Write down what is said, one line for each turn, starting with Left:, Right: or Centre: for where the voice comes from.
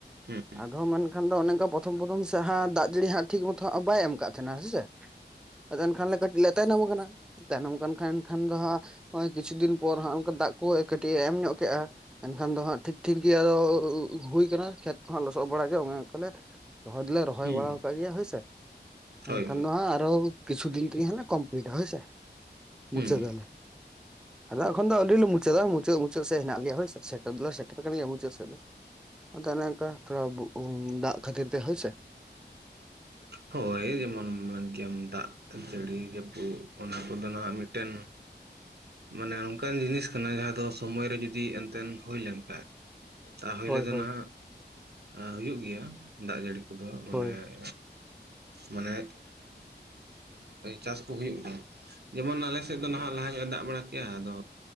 Right: ᱦᱩᱸ
Centre: ᱟᱫᱚ ᱢᱮᱱᱠᱷᱟᱱ ᱫᱚ ᱚᱱᱮ ᱚᱱᱠᱟ ᱯᱨᱚᱛᱷᱚᱢ ᱯᱨᱚᱛᱷᱚᱢ ᱥᱮ ᱦᱟᱸ ᱫᱟᱜ ᱡᱟᱹᱲᱤ ᱦᱟᱸᱜ ᱴᱷᱤᱠ ᱢᱚᱛᱚ ᱦᱟᱸᱜ ᱵᱟᱭ ᱮᱢ ᱠᱟᱫ ᱛᱟᱦᱮᱱᱟ ᱦᱮᱸᱥᱮ ᱟᱫᱚ ᱮᱱ ᱠᱷᱟᱱ ᱞᱮ ᱠᱟᱹᱴᱤᱡ ᱞᱮ ᱛᱟᱭᱱᱚᱢ ᱠᱟᱱᱟ᱾ ᱛᱟᱭᱱᱚᱢ ᱠᱟᱱ ᱠᱷᱟᱱ ᱮᱱᱠᱷᱟᱱ ᱫᱚ ᱦᱟᱸᱜ ᱱᱚᱜᱼᱚᱭ ᱠᱤᱪᱷᱩ ᱫᱤᱱ ᱯᱚᱨ ᱦᱟᱸᱜ ᱠᱟ ᱫᱟᱜ ᱠᱚ ᱠᱟᱹᱴᱤᱡ ᱮ ᱮᱢ ᱧᱚᱜ ᱠᱼᱟ᱾ ᱮᱱᱠᱷᱟᱱ ᱫᱚ ᱦᱟᱸᱜ ᱴᱷᱤᱠ ᱴᱷᱤᱠ ᱜᱮ ᱟᱫᱚ ᱦᱩᱭ ᱠᱟᱱᱟ ᱠᱷᱮᱛ ᱠᱚᱦᱟᱸᱜ ᱞᱚᱥᱚᱫ ᱵᱟᱲᱟᱜ ᱜᱮ ᱚᱱᱮ ᱚᱱᱠᱟᱞᱮ ᱨᱚᱦᱚᱭ ᱫᱚᱞᱮ ᱨᱚᱦᱚᱭ
Right: ᱦᱩᱸ ᱦᱩᱸ
Centre: ᱵᱟᱲᱟ ᱟᱠᱟᱫ ᱜᱮᱭᱟ ᱦᱳᱭᱥᱮ
Right: ᱦᱳᱭ
Centre: ᱮᱱᱠᱷᱟᱱ
Right: ᱦᱳᱭ
Centre: ᱫᱚ ᱦᱟᱸᱜ ᱟᱨᱚ ᱠᱤᱪᱩ ᱫᱤᱱ ᱛᱮ ᱦᱮ ᱠᱚᱢᱯᱞᱤᱴᱼᱟ ᱦᱚᱭ ᱥᱮ
Right: ᱦᱩᱸ
Centre: ᱢᱩᱪᱟᱹᱫ ᱫᱟᱞᱮ᱾
Right: <inaudible>
Centre: ᱟᱫᱚ ᱮᱠᱷᱚᱱ ᱫᱚ ᱟᱹᱞᱤᱞ ᱞᱮ ᱢᱩᱪᱟᱹᱫᱟ ᱢᱩᱪᱟᱹᱫ ᱢᱩᱪᱟᱹᱫ ᱥᱮᱫ ᱦᱮᱱᱟᱜ ᱞᱮᱭᱟ ᱦᱳᱭ ᱥᱮᱴᱮᱨ ᱫᱚᱞᱮ ᱥᱮᱴᱮᱨ ᱟᱠᱟᱱ ᱜᱮᱭᱟ ᱢᱩᱪᱟᱹᱫ ᱥᱮᱫ ᱫᱚ᱾ ᱟᱫᱚ ᱚᱱᱮ ᱚᱱᱠᱟ ᱛᱷᱚᱲᱟ ᱫᱟᱜ ᱠᱷᱟᱹᱛᱤᱨ ᱛᱮ ᱦᱳᱭᱥᱮ᱾
Right: ᱦᱳᱭ ᱡᱮᱢᱚᱱ ᱢᱮᱱᱠᱮᱟᱢ ᱫᱟᱜ᱾ ᱡᱟᱹᱲᱤ ᱡᱟᱹᱯᱩᱫ ᱚᱱᱟ ᱠᱚᱫᱚ ᱱᱟᱸᱜ ᱢᱤᱫᱴᱮᱱ ᱢᱟᱱᱮ ᱱᱚᱝᱠᱟᱱ ᱡᱤᱱᱤᱥ ᱠᱟᱱᱟ ᱡᱟᱦᱟᱸ ᱫᱚ ᱥᱚᱢᱚᱭ ᱨᱮ ᱡᱩᱫᱤ ᱮᱱᱛᱮᱫ ᱦᱩᱭ ᱞᱮᱱᱠᱷᱟᱱ ᱛᱟᱦᱤᱞᱮ
Centre: ᱦᱳᱭ
Right: ᱫᱚ
Centre: ᱦᱳᱭ
Right: ᱱᱟᱦᱟᱜ ᱦᱩᱭᱩᱜ ᱜᱮᱭᱟ ᱫᱟᱜ ᱡᱟᱹᱲᱤ ᱠᱚᱫᱚ᱾ ᱢᱟᱱᱮ
Centre: ᱦᱳᱭ᱾
Right: ᱢᱟᱱᱮ ᱪᱟᱥ ᱠᱚ ᱦᱩᱭᱩᱜ ᱜᱮᱭᱟ? ᱡᱮᱢᱚᱱ ᱟᱞᱮ ᱥᱮᱫ ᱫᱚ ᱱᱟᱦᱟᱜ ᱞᱟᱦᱟ ᱧᱚᱜᱼ ᱮ ᱫᱟᱜ ᱵᱟᱲᱟ ᱠᱮᱜ-ᱟ ᱟᱫᱚ